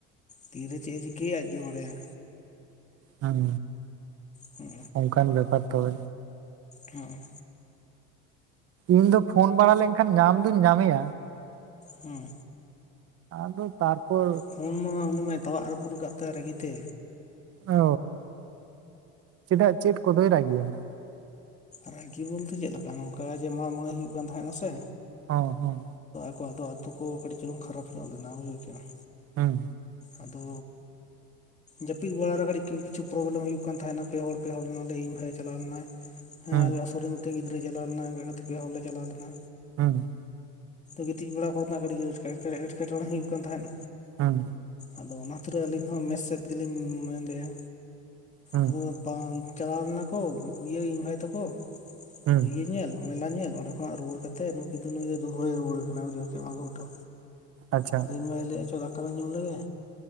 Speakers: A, on the left (about 25°); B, on the right (about 55°).
A: ᱛᱤᱨᱮ ᱪᱮᱫ ᱮ ᱪᱤᱠᱟᱹᱭᱟ ᱟᱡᱜᱮ ᱵᱟᱲᱟᱭᱟ
B: ᱦᱮᱸ
A: ᱦᱩᱸ
B: ᱚᱱᱠᱟᱱ ᱵᱮᱯᱟᱨ ᱛᱚᱵᱮ
A: ᱦᱮᱸ
B: ᱤᱧ ᱫᱚ ᱯᱷᱳᱱ ᱵᱟᱲᱟ ᱞᱮᱱᱠᱷᱟᱱ ᱧᱟᱢ ᱫᱩᱧ ᱧᱟᱢᱮᱭᱟ
A: ᱦᱩᱸ
B: ᱟᱫᱚ ᱛᱟᱨᱯᱚᱨ
A: ᱯᱷᱳᱱ ᱢᱟ ᱩᱱᱤ ᱢᱟᱭ ᱛᱟᱣᱟᱜ ᱨᱟᱹᱯᱩᱫ ᱠᱟᱫ ᱛᱟᱭᱟ ᱨᱟᱹᱜᱤᱛᱮ
B: ᱚ ᱪᱮᱫᱟᱜ ᱪᱮᱫ ᱠᱚᱫᱚᱭ ᱨᱟᱜᱤᱭᱭᱮᱱᱟ
A: ᱨᱟᱜᱤ ᱵᱚᱞᱛᱮ ᱪᱮᱫ ᱞᱮᱠᱟ ᱱᱚᱝᱠᱟ ᱡᱮ ᱢᱟᱜ ᱢᱚᱬᱮ ᱦᱩᱭᱩᱜ ᱠᱟᱱ ᱛᱟᱦᱮᱱᱟ ᱥᱮ
B: ᱦᱚᱸ ᱦᱚᱸ
A: ᱚ ᱟᱫᱚ ᱟ ᱟᱛᱳ ᱠᱚ ᱠᱟᱹᱴᱤᱡ ᱪᱩᱞᱩᱝ ᱠᱷᱟᱨᱟᱯ ᱧᱚᱜ ᱞᱮᱱᱟ ᱵᱩᱡᱷᱟᱹᱣ ᱠᱮᱜᱼᱟᱢ
B: ᱦᱩᱸ
A: ᱟᱫᱚ ᱡᱟᱹᱯᱤᱫ ᱵᱟᱲᱟᱨᱮ ᱠᱟᱹᱴᱤᱡ ᱠᱤᱪᱷᱩ ᱯᱨᱚᱵᱞᱮᱢ ᱦᱩᱭᱩᱜ ᱠᱟᱱ ᱛᱟᱦᱮᱱᱟ ᱯᱮ ᱦᱚᱲ ᱯᱮ ᱦᱚᱲ ᱱᱟᱞᱮ ᱤᱧ ᱵᱷᱟᱭᱮ ᱪᱟᱞᱟᱣ ᱞᱮᱱᱟᱭ ᱦᱮ
B: ᱦᱩᱸ
A: ᱟᱞᱮ ᱟᱥᱩᱨ ᱨᱮ ᱢᱤᱫᱴᱮᱱ ᱜᱤᱫᱽᱨᱟᱹᱭ ᱪᱟᱣ ᱞᱮᱱᱟ ᱚᱱᱠᱟ ᱠᱟᱛᱮ ᱯᱮ ᱦᱚᱲᱞ ᱞᱮ ᱪᱟᱞᱟᱣ ᱞᱮᱱᱟ
B: ᱦᱮᱸ
A: ᱜᱤᱛᱤᱡ ᱵᱮᱲᱟ ᱠᱚᱨᱮᱱᱟᱜ ᱠᱟᱹᱴᱤᱡ ᱮᱴ ᱮᱴᱠᱮᱴᱚᱬᱮ ᱦᱩᱭᱩᱜ ᱠᱟᱱ ᱛᱟᱦᱮᱸᱜ
B: ᱦᱮᱸ
A: ᱟᱫᱚ ᱚᱱᱟ ᱛᱤᱨᱮ ᱟᱹᱞᱤᱧ ᱦᱚᱸ ᱢᱮᱥ ᱥᱮᱫ ᱜᱮᱞᱤᱧ ᱢᱮᱱᱚᱱᱮᱫᱼᱟ
B: ᱦᱩᱸ
A: ᱟᱫᱚ ᱪᱟᱞᱟᱣ ᱞᱮᱱᱟ ᱠᱚ ᱤᱭᱟᱹ ᱤᱧ ᱵᱷᱟᱭ ᱛᱟᱠᱚ
B: ᱦᱩᱸ
A: ᱤᱭᱟᱹ ᱧᱮᱞ ᱢᱮᱞᱟ ᱧᱮᱞ ᱚᱸᱰᱮ ᱠᱷᱚᱱᱟᱜ ᱨᱩᱣᱟᱹᱲ ᱠᱟᱛᱮᱜ ᱱᱩᱠᱤᱱ ᱫᱚ ᱱᱩᱭ ᱫᱚ ᱫᱩᱦᱲᱟᱹᱭ ᱨᱩᱣᱟᱹᱲ ᱠᱟᱱᱟ ᱵᱩᱡᱷᱟᱣ ᱠᱮᱫᱟᱢ ᱟᱹᱜᱩ ᱦᱚᱴᱚ
B: ᱟᱪᱪᱷᱟ
A: ᱟᱫᱚ ᱵᱷᱟᱭ ᱞᱟᱹᱭᱮᱫᱼᱟ ᱪᱚ ᱫᱟᱠᱟ ᱵᱚᱱ ᱡᱚᱢ ᱞᱮᱜᱮ